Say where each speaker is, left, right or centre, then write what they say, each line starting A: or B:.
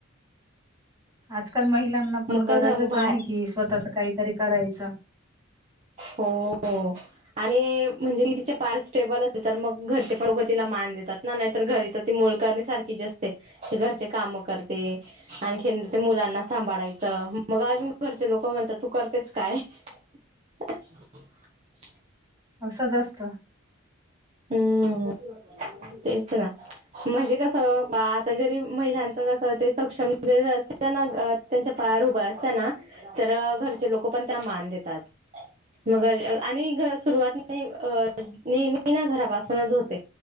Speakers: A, on the right (about 15°); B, on the right (about 35°).
A: आजकाल महिलांना पण
B: मग कसं
A: गरजच
B: बाहेर
A: आहे कि स्वतःच काहीतरी करायचं
B: हो आणि म्हणजे ति पार स्टेबल असे तर मग घरच्या पण लोक तिला मान देतात ना नाही तर घरी तर ती मोलकरणी सारखीच असते ते घरचे काम करते आणखी ते मुलांना सांभाळायचं मग अजून घरचे लोक म्हणतात तू करतेच काय ठ्ठ
A: असंच असत.
B: हम्म. तेच ना म्हणजे कस आता जरी महिलांच कस ते सक्षम जरी अस. त्यांना त्यांचा पाया उभं असतना तर घरचे लोक पण त्यांना मान देतात मगर आणि सुरुवात म ना घरापासूनच होते